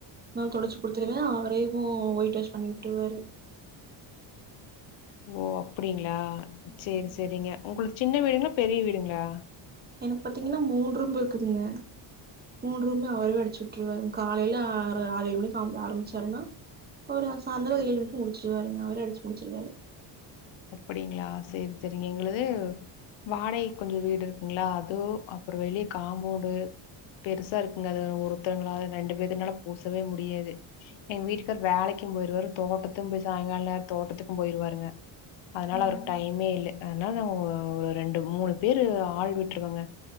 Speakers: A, on the right (about 20°); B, on the left (about 70°).
A: நா தொடச்சி குடுத்துருவே அவரேவு ஒயிட் வாஷ் பண்ணி உட்ருவாரு.
B: ஓ அப்டிங்ளா
A: ம்
B: சேரி சேரிங்க உங்குளுத் சின்ன வீடுங்ளா பெரிய வீடுங்ளா?
A: எனக் பாத்தீங்கன்னா மூன் ரூம்பு இருக்குதுங்க. மூன் ரூம்மே அவரேவு அடிச்சு உட்ருவாருங் காலைல ஆற ஆறு ஏழு மணிக் ஆம் ஆரம்ச்சாருன்னா ப்பறோ சாயந்தரோ ஏழ் மணிக் முடிச்சிருவாருங் அவரே அடிச்சு முடிச்சிருவாரு.
B: அப்படிங்ளா சேரி சேரிங் எங்குளுது வாடகைக் கொஞ்சோ வீடு இருக்குங்ளா அதுவு அப்புறோ வெளிய காம்போன்டு பெருசா இருக்குங்க அது ஒருத்தருங்களால ரெண்டு பேத்துனால பூசவே முடியாது. எங் வீட்டுக்காரு வேலைக்கும் போய்ருவாரு தோட்டத்தும் போய் சாய்ங்கால் நேர் தோட்டத்துக்கும் போய்ருவாருங்க. அதனால்
A: ம்
B: அவருக் டைமே இல்ல அதனால் நா ஒ ஒரு ரெண்டு மூணு பேரு ஆள் விட்டுருவங்க.